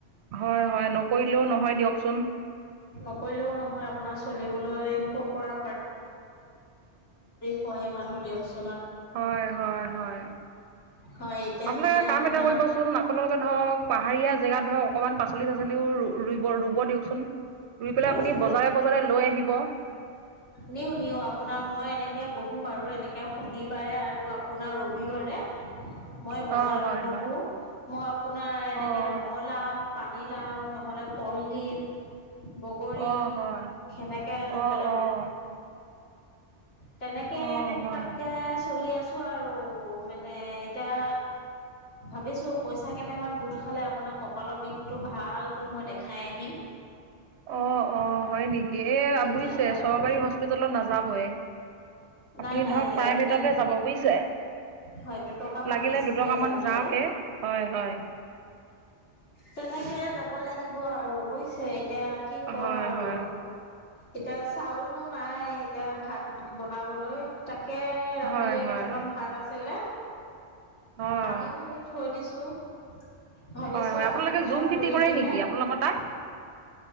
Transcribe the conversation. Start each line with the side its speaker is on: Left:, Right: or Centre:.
Right: হয় হয় নকৰিলেও। চ।
Left: নকৰিলেও নহয় আপোনাৰ চলিবলৈ ক'ৰ পৰা হয়ে মানুহ দিয়কোন।
Right: হয় হয় হয়।
Left: হয় এতিয়া
Right: আপোনালোকে
Left: মানে
Right: কাম
Left: আপোনাৰ
Right: এটা কৰিবচোন আপোনালোকে ধৰক পাহাৰীয়া জেগাত। অকণমান পালিাচলিও ৰুই। ৰুব দিয়কচোন ৰুই পেলাই
Left: কৰিছো
Right: আপুনি বজাৰে বজাৰে লৈ আহিব।
Left: নিওঁ নিও আপোনাৰ মই এনেকে ব। বাৰু এনেকে শনিবাৰে আৰু আপোনাৰ ৰবিবাৰে মই
Right: অঁ
Left: বজাৰত
Right: হয়
Left: বহো।
Right: হয়
Left: মই আপোনাৰ এনেকে
Right: অঁ
Left: ৰঙলাও, পানী লাও, নহ'লে কল, দিল। বগৰী,
Right: অঁ হয়
Left: সেনেকে লৈ
Right: অঁ
Left: পেলাই
Right: অঁ
Left: বু। তেনেকে
Right: অঁ
Left: টোকটাককে
Right: হয়
Left: চলি আছো আৰু। মানে এতিয়া ভাবিছো পইচা ক কেইটামান গোট খালে আপোনাৰ কঁকালৰ বিষটো ভালকৈ মই দেখাই আহিম।
Right: অ অ হয় নেকি এ
Left: এতিয়া
Right: বুজিছে
Left: হয়
Right: চৰকাৰী
Left: হয়
Right: হস্পিতালত নাযাবয়।
Left: নাই
Right: আপুনি
Left: নাই
Right: ধৰক প্ৰাই
Left: মানে
Right: ভেটতে যাব বুজিছে।
Left: হয় দুটকামান
Right: লাগিলে
Left: বেছিকৈ
Right: দুটকামান
Left: যাক লাগে
Right: যাওকে হয় হয়।
Left: তেনেকেয়ে যাব। লাগিব আৰু বুজছে এতিয়া কি ক'ম
Right: হয়
Left: আৰু
Right: হয়
Left: এতিয়া চাউলো। নাই এতিয়া ভাত বনাবলৈ তাক তে ৰাতিৰে
Right: হয় হয়
Left: কেইটামান ভাত আছিলে।
Right: অঁ
Left: পানী ঢালি থৈ দিছোঁ। ভাবিছো
Right: হয় হয় আপোনালোকে
Left: আলু দুটা
Right: জুম খেতি
Left: পুৰি
Right: কৰে
Left: পিনে।
Right: নেকি আপোনালোকৰ তাত